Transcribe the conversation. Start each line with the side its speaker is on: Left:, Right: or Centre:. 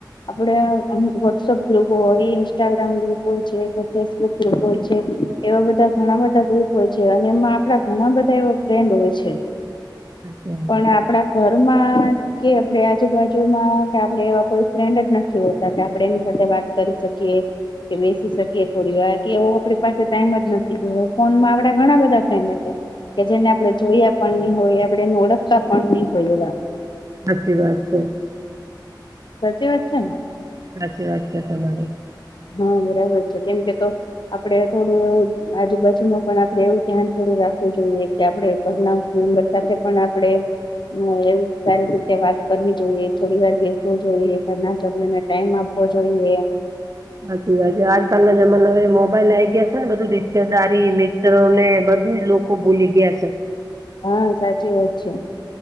Left: આપડે આમ વોટ્સઅપ ગ્રુપો હોય, ઇન્સ્ટાગ્રામ ગ્રુપો હોય છે કે ફેસબુક ગ્રુપ હોય છે. એવા બધા ઘણા બધા ગ્રુપ હોય છે અને એમાં આપણા ઘણા બધા એવા ફ્રેન્ડ હોય છે.
Right: છે.
Left: પણ આપડા ઘરમાં કે આપડે આજુબાજુમાં, કે આપડે એવા કોઈ ફ્રેન્ડ જ નથી હોતા, કે આપણે એની સાથે વાત કરી શકીએ. કે બેસી શકીએ થોડી વાર કે એવો આપણી પાસે ટાઈમ જ નથી. ફોનમાં આપડા ઘણા બધા ફ્રેન્ડ હશે. કે જેને આપણે જોયા પણ નહી હોય આપડે એને ઓળખતા પણ નહી હોય એવા.
Right: સાચી વાત છે.
Left: સાચી વાત છે ને?
Right: સાચી વાત છે તમારી.
Left: હા, બરાબર છે કેમ કે તો આપડે થોડું એવું આજુબાજુમાં પણ આપડે એવું ધ્યાન થોડું રાખવું જોઈએ કે આપડે ઘરમાં મેમ્બર સાથે પણ આપડણે હા એવું સારી રીતે વાત કરવી જોઈએ થોડી વાર બેસવું જોઈએ ઘના સભ્યોને ટાઈમ આપવો જોઈએ
Right: સાચી વાત છે આજકાલના જમાના હ મોબાઈલ આ આવી ગયા છે ને બધું રિતેાર મિત્રો ને બધું જ લોકો ભૂલી ગયા છે
Left: હા સાચી વાત છે